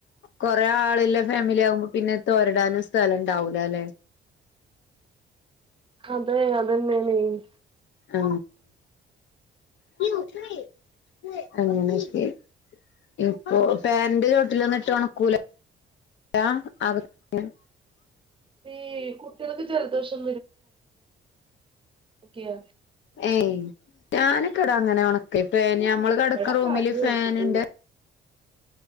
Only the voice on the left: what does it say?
കൊറെേ ആളില്ല ഫാമിലി ആകുമ്പോ പിന്നെ തൊരടാനും സ്ഥലം ഇന്ണ്ടാവില്ലലേ?
ആ ആ <unintelligible> ഇപ്പൊ ഫാൻൻ്റെ ചോട്ടിലൊന്നിട്ട് ഓണക്കുല്ല. <unintelligible>
ഏയ് ഞാനൊക്കെടാ അങ്ങനെ ഉണക്കെ ഇ ഞമ്മള് കിടക്കുന്ന
റൂമില്
ഫാനുണ്ട്.